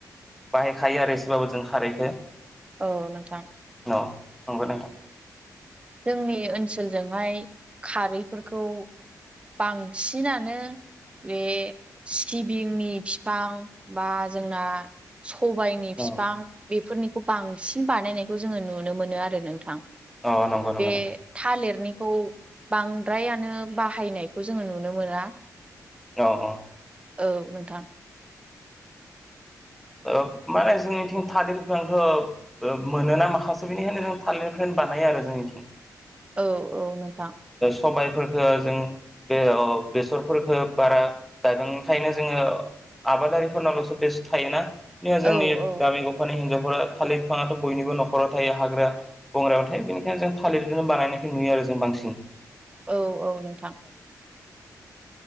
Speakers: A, in the centre; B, on the right.
A: बाहायखायो आरो एसेबाबो जों खारैखो ।
B: औ नोंथां
A: औ नंगौ नोंथां ।
B: जोंनि ओनसोलजोंहाय खारैफोरखौ । बांसिनानो बे सिबिंनि फिफां बा जोंना सबायनि फिफां
A: अ
B: बेफोरनिखौ बांसिन बानायनायखौ जोङो नुनो मोनो आरो नोंथां।
A: अ नंगौ नंगौ
B: बे
A: नोंथां
B: थालेरनि खौ बांद्रायानो बाहायनायखौ जोङो नुनो मोना।
A: औ औ
B: औ नोंथां।
A: ओ माने जोंनिथिं थालिर बिफांखो ओ ओ मोनोना माखासे बेनिखायनो जों थालिरखोनो बानायो आरो जोंनिथिं।
B: औ औ नोंथां।
A: सबायफोरखो जों बे अ' बेसरफोरखो बारा गायबांयि खायनो जोङो आबादारिफोरनावल'सो बेस थायोना जोंनि
B: औ औ
A: गामि गफानि हिजाव फोरा थालिर बिफाङाथ' बयनिबो न'खराव थायो। हाग्रा बंग्रायाव थायो बेनिखायनो जों थालिरखौनो बानायनायख नुयो आरो। जों बांसिं
B: औ औ नोंथां‌।